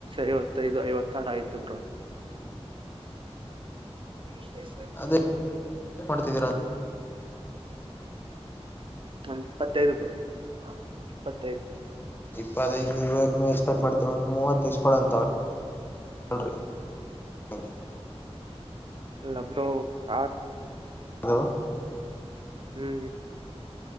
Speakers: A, on the right (about 50°); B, on the left (about 20°).
A: ಐವತ್ತೈದು ಐವತ್ತಾರು ಆಯ್ತು ಬ್ರ ಷ್ಟ ಮ
B: ಅದೇ ಮಾಡ್ತಿದ್ದೀರಾ
A: ಒಂದುಪ್ಪತ್ತೈದು ಬರುೋ ಇಪ್ಪತ್ತೈದು
B: ಬ ಈಗ ನೀವು ಎಕ್ಸ್ಪೆಕ್ಟ್ ಮಾಡತೀವಿ ಒಂದ್ ಮೂವತ್ತು ತಸ್ಕೊ ಅಂತ ಅವಳಿ ಹಲ್ರಿ ಹಂ
A: ಲಬೋ ಸಾತ್
B: ಅಲ
A: ಹ್ಮ್